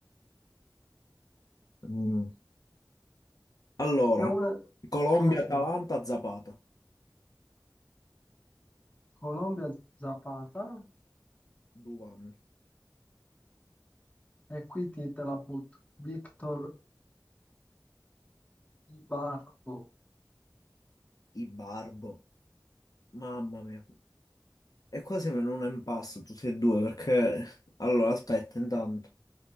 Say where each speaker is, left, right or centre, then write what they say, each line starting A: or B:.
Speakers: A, on the left; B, on the left.
A: Mm. Allora,
B: E una,
A: Colombia,
B: una ce
A: Atalanta,
B: l'ho.
A: Zapata,
B: Colombia Zapata
A: Duvan,
B: e qui ti te la butto. Victor Ibarbo.
A: i Barbo, mamma mia. E qua siamo in un impasse tutti e due perché... Allora, aspetta, intanto.